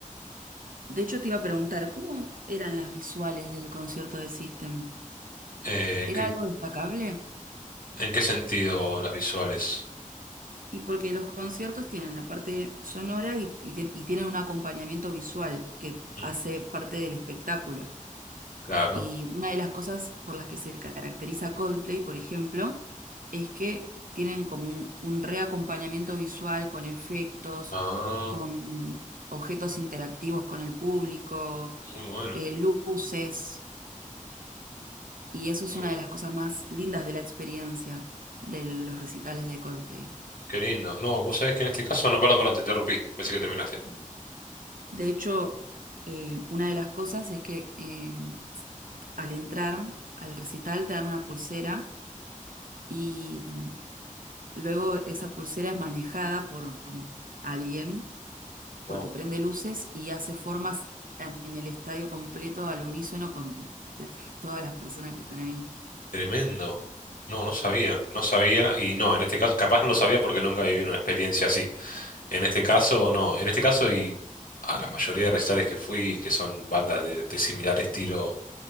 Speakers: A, on the right (about 80°); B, on the left (about 85°).
A: de hecho, te iba a preguntar, ¿cómo eran las visuales del concierto de System?
B: Eh,
A: ¿Era
B: ¿qué-
A: algo destacable?
B: ¿En qué sentido las visuales?
A: Y porque los conciertos tienen la parte sonora y, y tien- y tienen un acompañamiento visual que
B: Mm.
A: hace parte del espectáculo.
B: Claro.
A: Y una de las cosas por las que se caracteriza Coldplay, por ejemplo, es que tienen como un, un reacompañamiento visual con efectos,
B: Ah,
A: con objetos interactivos con el público,
B: muy bueno.
A: eh, luces, y eso es
B: muy
A: una
B: bueno.
A: de las cosas más lindas de la experiencia de los recitales de Coldplay.
B: Qué lindo. No, vos sabés que en este caso, no, perdón, perdón, te interrumpí. Pensé que terminaste.
A: De hecho, eh, una de las cosas es que eh, al entrar al recital te dan una pulsera y Luego esa pulsera es manejada por alguien
B: Wow.
A: porque prende luces y hace formas en en el estadio completo al unísono con las- <laughs> todas las personas que están ahí.
B: Tremendo. No, no sabía, no sabía y no, en este caso, capaz no lo sabía porque nunca viví una experiencia así. En este caso, no, en este caso y a la mayoría de recitales que fui, que son bandas de, de similar estilo.